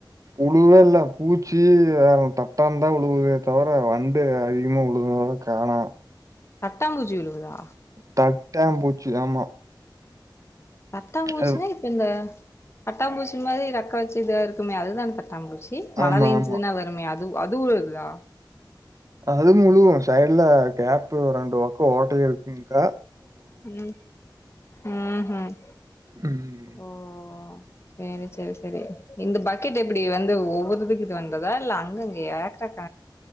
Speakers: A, on the right (about 45°); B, on the left (about 35°).
A: உழுவே இல்ல பூச்சி வேற தட்டான் தான் உழுவுதே தவர வண்டு அதிகமா உழுதா காணாம்
B: தட்டாம்பூஜி விழுவுதா
A: தட் ட்டாம் பூச்சி ஆமா
B: பத்தாங்பூச்சினா
A: அது
B: இப்ப இந்த தட்டா பூச்சி மாதிரி ரக்க வச்சி இதா இருக்குமே அதுதான தட்டா பூச்சி ச்சி மழ
A: ஆமா,
B: பெஞ்சதுன்னா
A: ஆமா.
B: வருமே அது அது அதுவு இதுதா
A: அது முழுவும் சைடுல கேப்பு ரெண்டு பக்கம் ஓட்டயு இருக்குல
B: உஹம் உஹம் உம்
A: ம்.
B: ஓஓ சரி சரி சரி இந்த பக்கெட் எப்டி வந்து ஒவ்வொருதுக்கு வந்ததா இல்ல அங்கங்க ஏக்கக்க